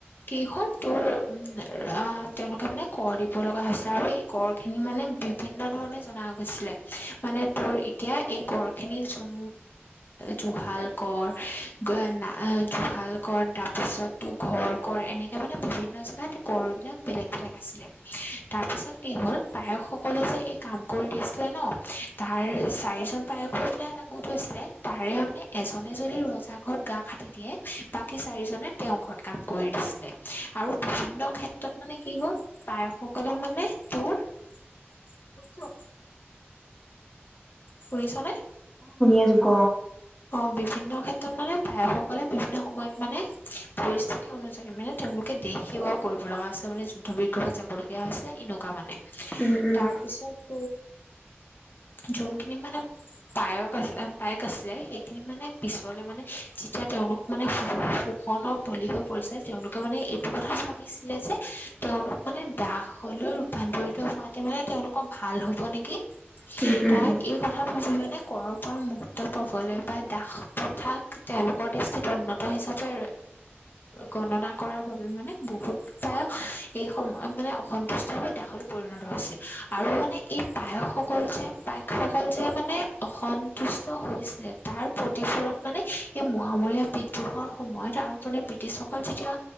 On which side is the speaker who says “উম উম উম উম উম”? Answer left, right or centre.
Left